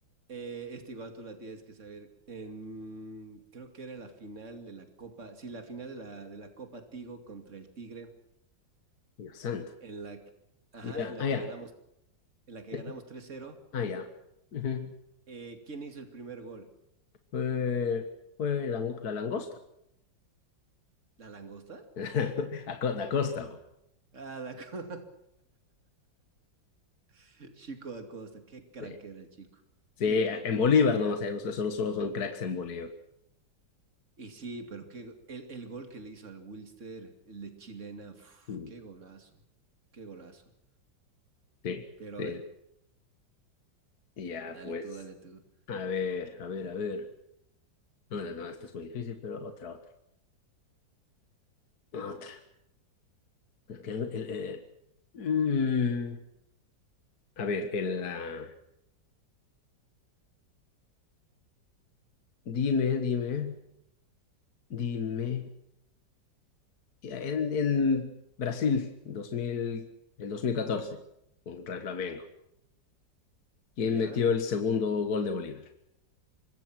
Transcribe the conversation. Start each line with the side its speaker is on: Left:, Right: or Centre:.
Right: Eh, este igual tú la tienes que saber. En, creo que era la final de la Copa, sí, la final de la, de la Copa Tigo contra el Tigre,
Left: Dios santo.
Right: en la, que- ajá,
Left: Ya,
Right: en la
Left: ah,
Right: que
Left: ya.
Right: ganamos, en la que
Left: eh,
Right: ganamos tres cero
Left: Ah, ya. Ujú.
Right: Eh, ¿quién hizo el primer gol?
Left: Fue, fue la, la langosta.
Right: ¿La langosta?
Left: <laughs> A co- La costa. bo.
Right: Ah, la co- <laughs> Chico Acosta, qué crack
Left: Sí.
Right: era, chico.
Left: Sí,
Right: Qué
Left: eh,
Right: crack
Left: en
Right: era
Left: Bolívar
Right: ese gol.
Left: nomás sabemos que solo, solo son cracks en Bolívar.
Right: Y sí, pero qué, go- el, el gol que le hizo al Wilster, el de Chilena, uf,
Left: Mm.
Right: qué golazo, qué golazo.
Left: Sí,
Right: Pero
Left: sí.
Right: a ver,
Left: Ya,
Right: dale
Left: pues.
Right: tú, dale tú.
Left: A ver, a ver, a ver. No, no, no, esto es muy difícil, pero otra, otra. Otra. Porque el- el- el- mm, a ver, el, ah, dime, dime, dime. Ya, En, en Brasil, 2000 el 2014 contra el Flamengo. ¿Quién
Right: ¿Ya?
Left: metió el segundo gol de Bolívar?